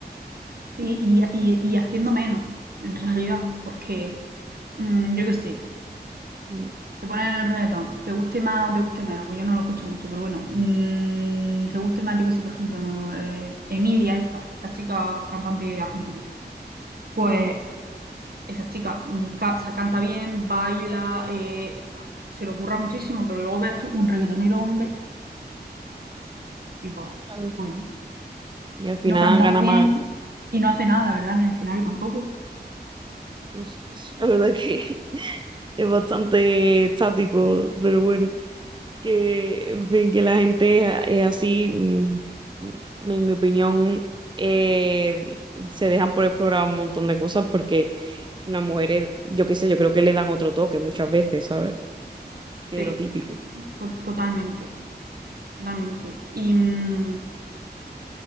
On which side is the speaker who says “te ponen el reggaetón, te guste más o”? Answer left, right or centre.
Right